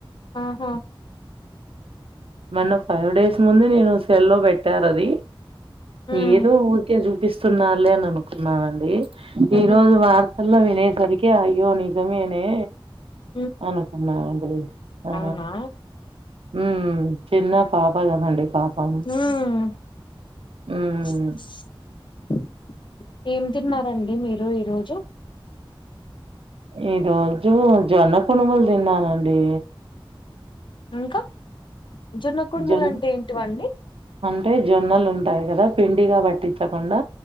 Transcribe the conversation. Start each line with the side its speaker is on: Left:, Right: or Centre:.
Left: ఆహా
Right: మొన్న ఫైవ్ డేస్ ముందు నేను సెల్ లో పెట్టారు అది
Left: ఉమ్
Right: ఏదో ఊరికే చూపిస్త స్తున్నారులె అని అనుకున్నానండి
Left: ఉహు
Right: ఈ రోజు వార్తల్లో వినే సరికి అయ్యో నిజమేనే
Left: ఉ
Right: అనుకున్నా అండి ఆ
Left: అవునా
Right: ఉ చిన్న పాప కదండి పాపం
Left: ఉమ్ <inaudible>
Right: హ్మ్.
Left: ఏం తిన్నారండి మీరు ఈరోజు
Right: ఈ రోజు జొన్న కునుములు తిన్నానండి
Left: ఇంకా జొన్న కుడుములు
Right: జొన్
Left: అంటే ఏంటివండి
Right: అంటే జొన్నలు ఉంటాయి గదా పిండిగా పట్టించకుండా